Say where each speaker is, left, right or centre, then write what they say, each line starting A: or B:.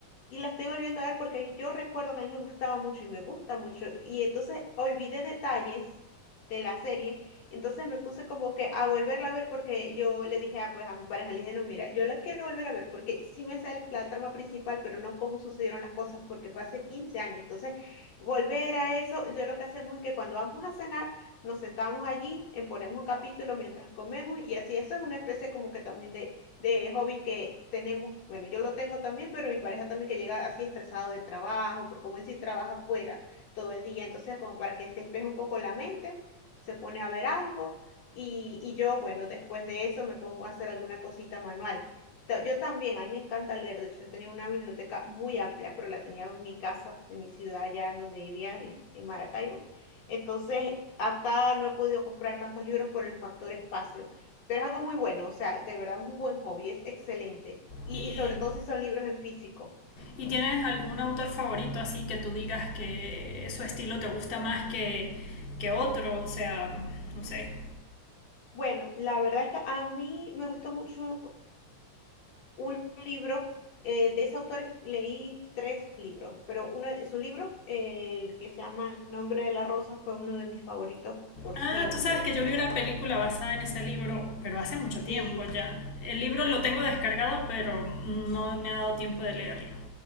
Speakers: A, on the left (about 60°); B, on the left (about 80°).
A: Y la estoy volviendo a ver porque yo recuerdo que a mí me gustaba mucho y me gusta mucho. Y entonces olvidé detalles de la serie entonces me puse como que a volverla a ver porque yo le dije, ah, pues a mi pareja, le dije, no, mira, yo la quiero volver a ver porque sí me sale la trama principal, pero no cómo sucedieron las cosas porque fue hace 15 años. Entonces, volver a eso, yo lo que hacemos es que cuando vamos a cenar, nos sentamos allí, eh, ponemos un capítulo mientras comemos y así, eso es una especie como que también de, de hobby que tenemos. Bueno, yo lo tengo también, pero mi pareja también que llega así estresado del trabajo, porque como él sí trabaja afuera todo el día, entonces como para que despeje un poco la mente se pone a ver algo y, y yo, bueno, después de eso me pongo a hacer alguna cosita manual. Ta- Yo también, a mí me encanta leer, de hecho, yo tenía una biblioteca muy amplia, pero la tenía en mi casa, en mi ciudad, allá en donde vivía, en, en Maracaibo. Entonces, acá no he podido comprar tantos libros por el factor espacio, pero es algo muy bueno, o sea, de verdad es un buen hobby, es excelente. Y,
B: Y
A: y sobre todo si son libros en físico.
B: ¿Y tienes algún autor favorito así que tú digas que su estilo te gusta más que, que otro? O sea, no sé.
A: Bueno, la verdad es que a mí me gustó mucho un libro eh, de ese autor, leí tres libros, pero uno de sus libros, eh, el que se llama El nombre de la rosa, fue uno de mis favoritos por
B: Ah,
A: siempre.
B: tú sabes que yo vi una película basada en ese libro, pero hace mucho
A: Sí,
B: tiempo ya. El libro lo tengo descargado, pero no me ha dado tiempo de leerlo.